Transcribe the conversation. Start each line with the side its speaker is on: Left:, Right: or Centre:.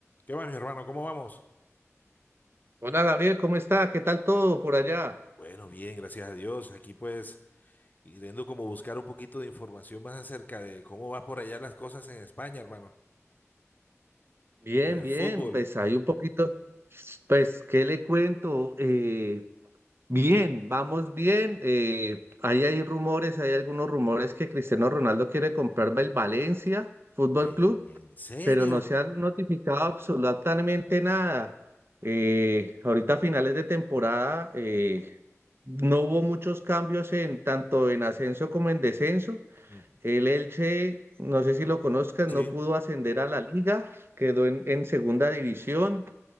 Left: ¿Qué más, mi hermano? ¿Cómo vamos?
Right: Hola Gabriel, ¿cómo está? ¿Qué tal todo por allá?
Left: Bueno, bien, gracias a Dios. Aquí pues yendo como buscar un poquito de información más acerca de cómo va por allá las cosas en España, hermano.
Right: Bien,
Left: En el
Right: bien,
Left: fútbol.
Right: pues hay un poquito, pues, ¿qué le cuento? Eh, bien, vamos bien. eh, ahí hay rumores, hay algunos rumores que Cristiano Ronaldo quiere comprarme el Valencia Fútbol
Left: ¿En,
Right: Club,
Left: en serio?
Right: pero no se han notificado absolutamente nada. Eh, ahorita a finales de temporada eh, no hubo muchos cambios en tanto en ascenso como en descenso.
Left: Mm,
Right: El Elche, no sé si lo conozcas,
Left: Sí.
Right: no pudo ascender a la liga, quedó en, en segunda división.